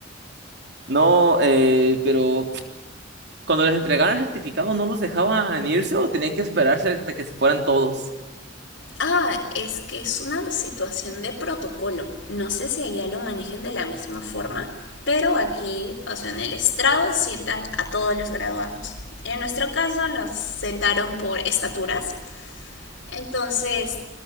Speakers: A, on the right (about 60°); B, on the left (about 75°).
A: No, eh, pero cuando les entregaban el certificado, ¿no los dejaban irse o tenían que esperarse hasta que se fueran todos?
B: Ah, es que es una situación de protocolo. No sé si allá lo manejen de la misma forma, pero aquí, o sea, en el estrado sientan a todos los graduados. En nuestro caso nos sentaron por estaturas. Entonces,